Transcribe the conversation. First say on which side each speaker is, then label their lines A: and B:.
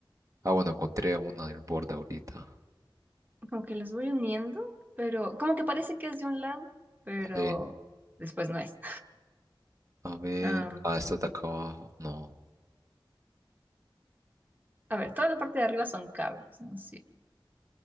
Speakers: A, on the right; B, on the right.
A: Ah, bueno, encontré una del borde ahorita.
B: como que los voy uniendo, pero como que parece que es de un lado, pero
A: Sí.
B: después no es.
A: A ver.
B: <laughs> Am,
A: Ah, esta está acá abajo. No.
B: a ver, toda la parte de arriba son cables, ¿no es cierto?